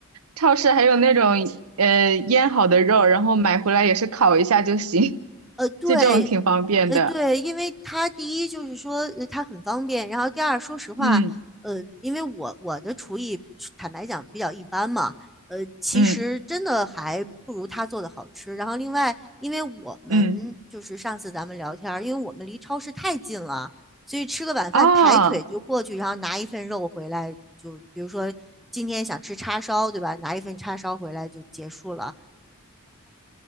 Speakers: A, on the right; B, in the centre.
A: 超市还有那种呃腌好的肉，然后买回来也是烤一下就行，<laughs>
B: 呃，对，
A: 就这种挺方便的。
B: 呃，对，因为他第一就是说呃它很方便，然后第二，说实话，
A: 嗯
B: 呃，因为我我的厨艺坦白讲比较一般嘛，呃，其实真的还不如他做的好吃。
A: 嗯
B: 然后另外，因为我们就是上次咱们聊天儿因为我们离超市太近了，
A: 嗯。
B: 所以吃个晚饭抬腿就过去，
A: 啊，
B: 然后拿一份肉回来，就比如说今天想吃叉烧，对吧？拿一份叉烧回来就结束了。